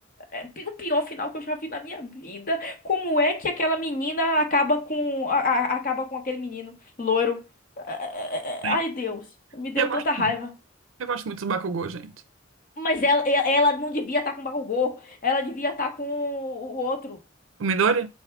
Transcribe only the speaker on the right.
ai,
eu
gosto,
eu gosto muito do Bakugou, gente.
O Midori?